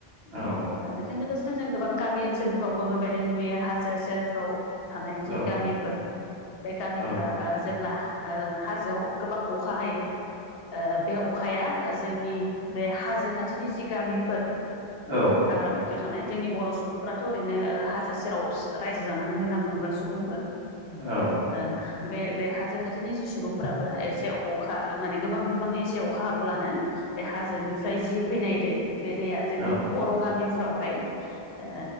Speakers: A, on the right; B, on the left.
A: औ
B: बेजों लोगोसेनो जों गोबां गामि ओनसोलफ्रावबो बेबायदिनो नुयो हाजो सेरफ्राव थानाय
A: औ
B: जि गामिफोर बे गामिफ्रा
A: औ
B: जेब्ला ओ हाजोआव गोबां अखा हायो ओ बे अख अखाया जोंनि बे हाजो खाथिनि जि गामिफोर
A: औ।
B: हाग्रा खाथियाव थानाय जोंनि बर' सुबुंफोराथ' ओ ओरैनो हाजो सेराव रायजो जानानै मोजां मोजां मोनग्रा सुबुंफोर
A: औ।
B: ओ बे बे हाजो खाथिनि जि सुबुंफ्राबो एसे अखा माने गोबां बिबांनि एसे अखा हाब्लानो बे हाजोनिफ्राय जि फैनाय दै बे दैया जोंनि
A: औ
B: बर' गामिफ्रावहाय ओ